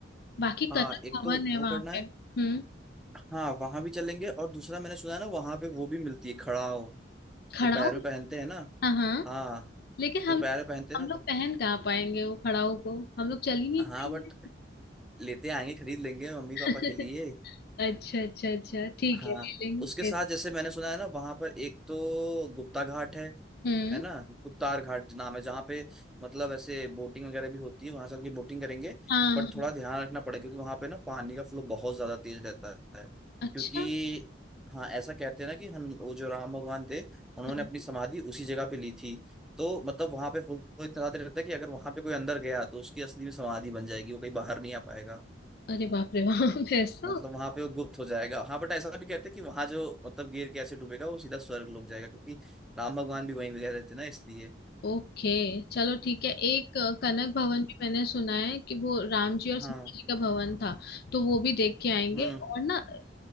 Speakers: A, on the left; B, in the centre.
A: बाकी
B: हाँ
A: कनक
B: एक
A: भवन
B: तो
A: है
B: वो
A: वहां
B: करना
A: पे
B: है
A: हम्म
B: हाँ वहां भी चलेंगे और दूसरा मैंने सुना है ना वहां पे वो भी मिलती है खड़ाओ
A: खड़ाऊ
B: जो पैर में पहनते हैं ना
A: हाँ हाँ
B: हाँ
A: लेकिन
B: जो
A: हम
B: पैर में पहनते हैं
A: हम
B: ना तो
A: लोग पहन कहाँ पाएंगे वो खड़ाऊ को हम लोग चल ही नहीं
B: हाँ
A: पाएंगे
B: बट लेते आएंगे खरीद लेंगे मम्मी
A: <laughs>
B: पापा के लिए
A: अच्छा अच्छा अच्छा ठीक
B: हाँ
A: है ले लेंगे
B: उसके
A: फिर
B: साथ जैसे मैंने सुना है ना वहां पर एक तो गुप्ता घाट है
A: हम्म
B: है ना गुप्तार घाट नाम है जहाँ पे मतलब ऐसे बोटिंग वगैरह भी होती है वहां चल के बोटिंग करेंगे
A: हाँ
B: बट
A: हाँ
B: थोड़ा ध्यान रखना पड़ेगा क्योंकि वहां पे ना पानी का फ्लो बहुत ज्यादा तेज रहता है
A: अच्छा
B: क्योंकि हाँ ऐसा कहते हैं ना कि हम वो जो राम भगवान थे उन्होंने
A: हम्म,
B: अपनी समाधि उसी जगह पे ली थी तो मतलब वहां पे फ्लो इतना ज्यादा रहता है कि अगर वहां पे कोई अंदर गया तो उसकी असली में समाधि बन जाएगी वो कहीं बाहर नहीं आ पाएगा
A: अरे बाप रे बाप <laughs> ऐसा
B: मतलब वहां पे वो गुप्त हो जाएगा हाँ बट ऐसा भी कहते हैं कि वहां जो मतलब गिर के ऐसे डूबेगा वो सीधा स्वर्ग लोग जाएगा क्योंकि राम भगवान भी वहीं गए थे ना इसलिए
A: ओके चलो ठीक है एक अ, कनक भवन भी मैंने सुना है कि वो राम जी और सीता
B: हाँ
A: जी का भवन था तो वो भी देख के आएंगे
B: हम्म
A: और ना